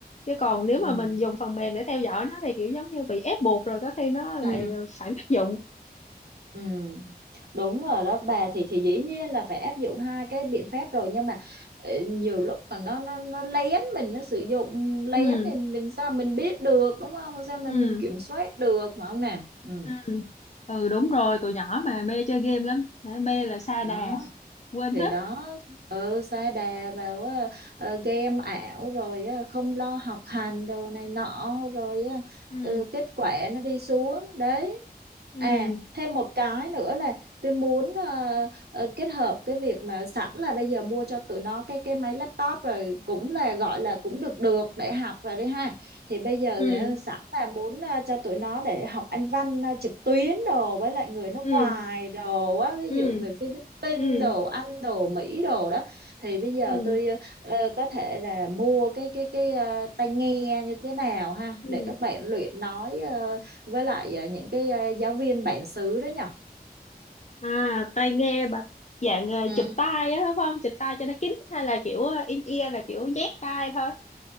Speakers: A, on the left; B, on the right.
A: chứ còn nếu
B: ừ
A: mà mình dùng phần mềm để theo dõi nó thì kiểu giống như bị ép buộc rồi có khi nó lại
B: Ừ.
A: phản tác dụng
B: Ừ, đúng rồi đó bà thì thì dĩ nhiên là phải áp dụng hai cái biện pháp rồi nhưng mà ờ, nhiều lúc mà nó nó nó lén mình nó sử dụng lén
A: ừ
B: thì mình sao mình biết được đúng không sao mình
A: ừ
B: mình kiểm soát được mà không nè ừ
A: ừ ừ đúng rồi tụi nhỏ mà mê chơi game lắm mê là sa
B: đó
A: đà <laughs> quên
B: thì
A: hết
B: đó ừ, sa đà vào ờ, ờ, game ảo rồi ờ, không lo học hành đồ này nọ rồi ờ,
A: ừ
B: ừ, kết quả nó đi xuống đấy
A: ừ
B: à thêm một cái nữa là tôi muốn ờ, ờ, kết hợp cái việc mà sẵn là bây giờ mua cho tụi nó cái cái máy laptop rồi cũng là gọi là cũng được được để học rồi đấy ha thì bây giờ
A: ừ
B: thì, ờ, sẵn là muốn ờ, cho tụi nó để học Anh văn ờ, trực tuyến đồ với lại người nước
A: ừ
B: ngoài đồ á ví
A: ừ
B: dụ người Philippines Vinh
A: ừ
B: đồ Anh đồ Mỹ đồ đó thì bây giờ
A: ừ
B: tôi ờ, ờ, có thể là mua cái cái cái ờ, tai nghe như thế nào ha
A: ừ
B: để các bạn luyện nói ờ, với lại ờ, những cái ờ, giáo viên bản xứ đó nhở
A: à tai nghe bà dạng ờ,
B: Ừ.
A: chụp tai á đúng không chụp tai cho nó kín hay là kiểu ờ, in ear là kiểu nhét tai thôi